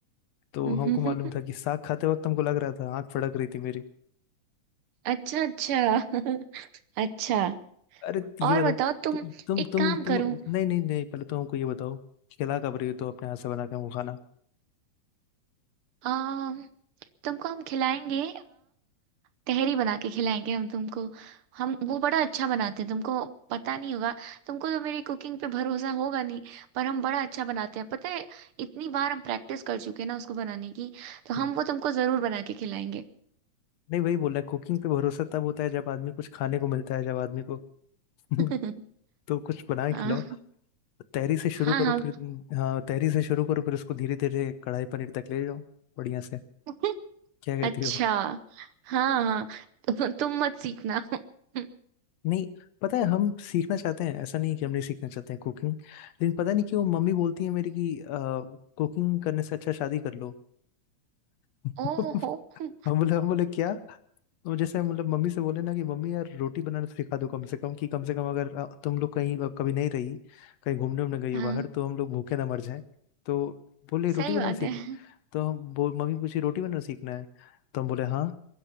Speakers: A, on the left; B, on the right.
A: तो
B: <laughs>
A: हमको मालूम था कि साग खाते वक्त हमको लग रहा था आंख फड़क रही थी मेरी
B: अच्छा अच्छा <laughs> अच्छा
A: अरे ये
B: और
A: बताओ
B: बताओ तुम
A: तु, तुम तुम
B: एक काम
A: तुम
B: करो
A: नहीं नहीं नहीं पहले तो हमको ये बताओ कि क्या कब रही हो तुम अपने हाथ से बना के हमको खाना
B: आ, तुमको हम खिलाएंगे तहरी बना के खिलाएंगे हम तुमको हम वो बड़ा अच्छा बनाते हैं तुमको पता नहीं होगा तुमको तो मेरी कुकिंग पे भरोसा होगा नहीं पर हम बड़ा अच्छा बनाते हैं पता है इतनी बार हम प्रैक्टिस कर चुके हैं ना उसको बनाने की तो
A: हम्म।
B: हम वो तुमको जरूर बना के खिलाएंगे
A: नहीं वही बोल रहा कुकिंग पे भरोसा तब होता है जब आदमी कुछ खाने को मिलता है जब आदमी को <laughs>
B: <laughs>
A: तो कुछ बना
B: हाँ
A: के खिलाओ तहरी से शुरू
B: हाँ
A: करो
B: हाँ
A: फिर हाँ तहरी से शुरू करो फिर उसको धीरे धीरे कढ़ाई पनीर तक ले जाओ बढ़िया से
B: <laughs>
A: क्या कहती
B: अच्छा
A: हो
B: हाँ हाँ तु, तुम मत सीखना <laughs>
A: नहीं पता है हम सीखना चाहते हैं ऐसा नहीं कि हम नहीं सीखना चाहते हैं कुकिंग लेकिन पता नहीं क्यों मम्मी बोलती है मेरी कि कुकिंग करने से अच्छा शादी कर लो <laughs>
B: ओहो <laughs>
A: हम बोले हम बोले क्या तो जैसे मतलब मम्मी से बोले ना कि मम्मी यार रोटी बनाना सिखा दो कम से कम कि कम से कम अगर अ, तुम लोग कहीं अ, कभी नहीं रही कहीं घूमने उमने गई
B: हाँ
A: हो बाहर तो हम लोग भूखे ना मर जाए तो बोले रोटी
B: सही
A: बनाना
B: बात
A: सीख
B: है <laughs>
A: तो हम बो- मम्मी पूछी रोटी बनाना सीखना है तो हम बोले हाँ